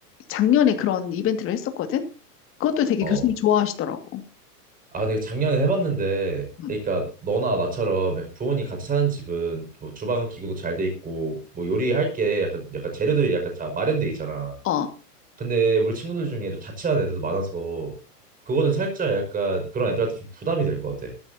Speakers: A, on the left; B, on the right.
A: 작년에 그런 이벤트를 했었거든. 그것도 되게
B: 어.
A: 교수님 좋아하시더라고.
B: 아, 내가 작년에 해봤는데,
A: 음.
B: 그러니까 너나 나처럼 약간 부모님 같이 사는 집은 뭐 주방 기구도 잘 돼 있고, 뭐 요리할 게 약간, 약간 재료들이 약간 다 마련돼 있잖아.
A: 어,
B: 근데 우리 친구들 중에 좀 자취하는 애들도 많아서, 그거는 살짝 약간 그런 애들한테 좀 부담이 될 것 같아.